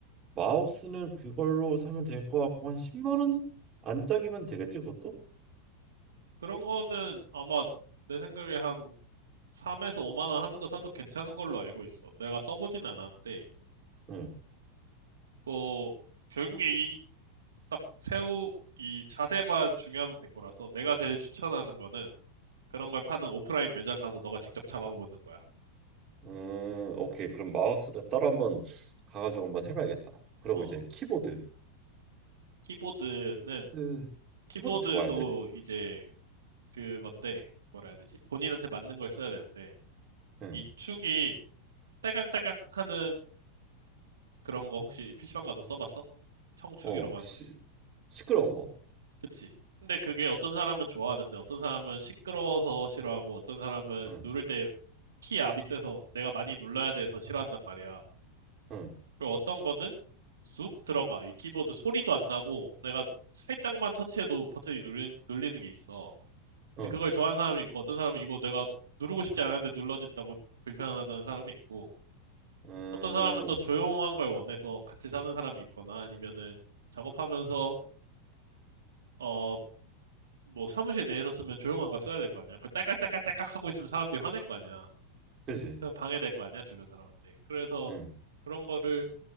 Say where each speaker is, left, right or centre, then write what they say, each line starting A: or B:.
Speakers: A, on the right (about 25°); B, on the right (about 65°).
A: 마우스는 그걸로 사면 될 것 같고 한 10만 원 안짝이면 되겠지 그것도?
B: 그런 거는 아마 내 생각에 한 3에서 5만 원 하는 거 사도 괜찮은 걸로 알고 있어. 내가 써보진 않았는데.
A: 응.
B: 뭐 결국에 딱 새우 이 자세만 중요하면 된 거라서 내가 제일 추천하는 거는 그런 걸 파는 오프라인 매장 가서 너가 직접 잡아보는 거야.
A: 음, 오케이. 그럼 마우스를
B: 어,
A: 따로 한번 가가지고 한번 해봐야겠다. 그리고
B: 어.
A: 이제 키보드.
B: 키보드는
A: 네.
B: 키보드도
A: 키보드 좋아야 돼?
B: 이제 그건데 뭐라 해야 되지? 본인한테 맞는 걸 써야 되는데
A: 응.
B: 이 축이 딸깍딸깍 하는 그런 거 혹시 PC방 가서 써봤어? 청축이라고
A: 어, 그
B: 하는데.
A: 시끄러운 거.
B: 그치? 근데 그게 어떤 사람은 좋아하는데 어떤 사람은 시끄러워서 싫어하고 어떤 사람은
A: 응,
B: 누를 때 키 압이 세서 내가 많이 눌러야 돼서 싫어한단 말이야.
A: 응,
B: 그리고 어떤 거는 쑥 들어가. 이 키보드 소리도 안 나고 내가 살짝만 터치해도 버튼이 눌리, 눌리는 게 있어.
A: 응,
B: 근데 그걸 좋아하는 사람이 있고 어떤 사람은 이거 내가 누르고 싶지 않았는데 눌러진다고 불편하다는 사람이 있고
A: 응,
B: 어떤 사람은 또 조용한 걸 원해서 같이 사는 사람이 있거나 아니면은 작업하면서 어, 뭐 사무실 내에서 쓰면 조용한 걸 써야 될 거 아니야. 그걸 딸깍딸깍딸깍 하고 있으면 사람들이 화낼 거 아니야.
A: 그지.
B: 그냥 방해될 거 아니야, 주변 사람한테. 그래서
A: 응,
B: 그런 거를